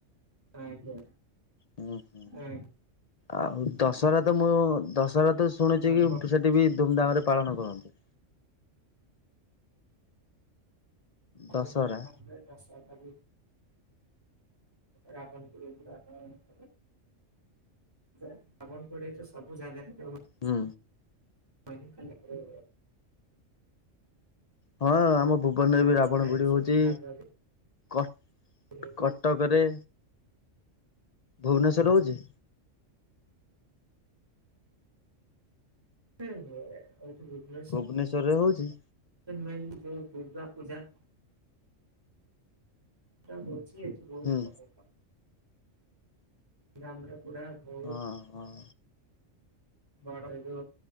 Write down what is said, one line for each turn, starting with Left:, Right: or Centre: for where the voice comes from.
Right: ଆଜ୍ଞା
Left: ହୁଁ ହୁଁ
Right: ଆଁ
Left: ଆଉ ଦଶହରା ତ ମୁଁ ଦଶହରା ତ ଶୁଣିଛି
Right: ଆପଣ
Left: କି ସେଠି ବି ଧୁମଧାମରେ ପାଳନ କରନ୍ତି।
Right: ଧୁମଧାମରେ
Left: ଦଶହରା
Right: ଦଶହରା ବି ରାବଣ ପୋଡ଼ି ହେଇଥିଲା ତ ଯେ ଆପଣ କୁଆଡ଼େ ଏଟା ସବୁ ଜାଗାରେ ହୁଏ।
Left: ହୁଁ।
Right: ମୁଁ ଖାଲି ଏପଟେ
Left: ହଁ ଆମ ଭୁବନରେ ବି ରାବଣ
Right: ନଥାଏ
Left: ପୋଡି
Right: ସେଟା
Left: ହଉଛି।
Right: ଜାଗା
Left: କଟ
Right: ବି।
Left: କଟକରେ ଭୁବନେଶ୍ୱରରେ ରହୁଛି?
Right: ସିଏ ଅଛି ଭୁବନେଶ୍ୱର।
Left: ଭୁବନେଶ୍ୱରରେ ହଉଛି?
Right: ମେନ୍ ମେନ୍ ଯୋଉ ଦୁର୍ଗା ପୂଜା ଏଇଟା ହଉଛି ଏଠି ବହୁତ
Left: ହୁଁ
Right: ପ୍ରଘଟ। ଗ୍ରାମରେ ପୁରା ବହୁତ
Left: ହଁ ହଁ।
Right: ବଡ ହେଲୁ